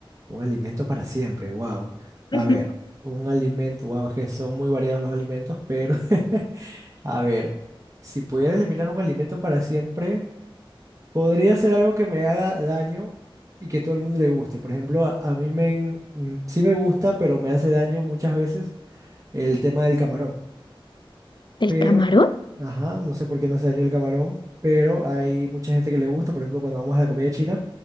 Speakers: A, on the right; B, on the left.
A: Un alimento para siempre, wow. A
B: Ujú.
A: ver, un alimento, wow, es que son muy variados los alimentos, pero <laughs> a ver, si pudiera eliminar un alimento para siempre, podría ser algo que me haga daño y que todo el mundo le guste. Por ejemplo, a, a mí me, en- mm, sí me gusta, pero me hace daño muchas veces el tema del camarón.
B: ¿El
A: pero,
B: camarón?
A: ajá, no sé por qué me hace daño el camarón, pero hay mucha gente que le gusta, por ejemplo, cuando vamos a la comida china,